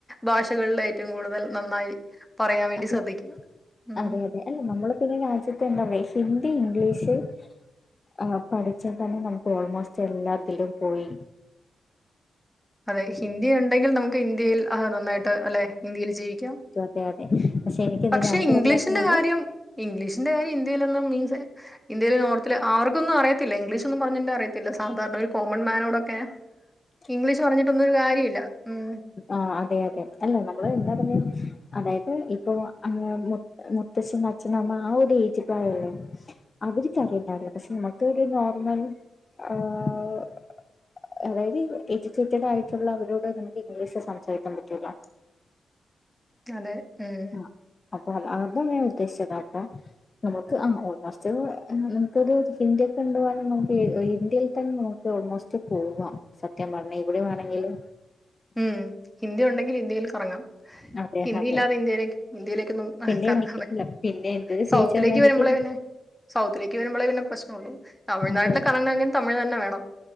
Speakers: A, in the centre; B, on the left.
A: ഭാഷകളിലേറ്റവും കൂടുതൽ നന്നായി പറയാൻ വേണ്ടി
B: <unintelligible>
A: ശ്രദ്ധിക്കുക ഉം
B: അതെ അല്ല നമ്മള് പിന്നെ രാജ്യത്ത് എന്താറയാ ഹിന്ദി ഇംഗ്ലീഷ് ആഹ് പഠിച്ചാതന്നെ നമുക്ക് ഓൾമോസ്റ്റ് എല്ലാത്തിലും പോയി
A: അതെ ഹിന്ദിയുണ്ടെങ്കിൽ നമുക്ക് ഇന്ത്യയിൽ അഹാ നന്നായിട്ട് അല്ലെ ഇന്ത്യയിൽ ജീവിക്കാം
B: അതെയതെ പഷെയെനിക്കത്‌
A: പക്ഷെ
B: രണ്ടും
A: ഇംഗ്ലീഷിന്റെ
B: അറിയാത്ത കൊണ്ട്
A: കാര്യം ഇംഗ്ലീഷിന്റെ കാര്യ ഇന്ത്യയിൽ നിന്നും മീൽസെ ഇന്ത്യയിൽ നോർത്തില് അവർക്കൊന്നും അറിയത്തില്ല ഇംഗ്ലീഷൊന്നും പറഞ്ഞ അറിയത്തില്ല സാധാരണ ഒരു കോമൺമാനോടൊക്കെ
B: <inaudible>
A: ഇംഗ്ലീഷ് പറഞ്ഞിട്ടൊന്നൊരു കാര്യല്ല ഉം
B: ആഹ് അതെയതെ അല്ല നമ്മള് എന്താ പറഞ്ഞ അതായത് ഇപ്പൊ ആ മു മുത്തശ്ശൻ, അച്ഛനമ്മ ആ ഒരു ഏജ് പ്രായുല്ലേ അവർക്കറിയണ്ടാവില്ല പഷെ നമുക്കൊര് നോർമൽ ആഹ് അതായത് എ ജുക്കേറ്റഡായിട്ടുള്ളവരോട് നമുക്ക് ഇംഗ്ലീഷ് സംസാരിക്കാൻ പറ്റൂല്ല
A: അതെ ഏഹ്
B: അ അപ്പൊ അ അതാ ഞാൻ ഉദ്ദേശിച്ചതപ്പൊ നമുക്ക് ആഹ് ഓൾമോസ്റ്റ് ഏഹ് നമുക്കൊരു ഇന്ത്യക്കെ കണ്ടു പോകാന നമുക്ക് ഇന്ത്യയിൽ തന്നെ ഓൾമോസ്റ്റ് പോവാം സത്യം പറഞ്ഞ എവിടെ വേണെങ്കിലും
A: ഉം ഹിന്ദിയുണ്ടെങ്കിലിന്ത്യയിൽ കറങ്ങാം
B: അതെ
A: ഹിന്ദി
B: അതെ
A: ഇല്ലാതെ ഇന്ത്യയിലേക്ക് ഇന്ത്യയിലേക്ക് ക്കൊന്നും
B: പിന്നെ
A: കറങ്ങാൻ
B: എനിക്ക്
A: പറ്റില്ല
B: അല്ല പിന്നെ എന്റെ ഒരു
A: സൗത്തിലേക്ക്
B: ഫീച്ചർന്ന് എനിക്ക്
A: വരുമ്പള പിന്നെ സൗത്തിലേക്ക് വര്മ്പളേ പിന്നെ പ്രശ്നുള്ളൂ തമിഴ്നാട്ടില്
B: അതെ
A: കറങ്ങണെങ്കി തമിഴ് തന്നെ വേണം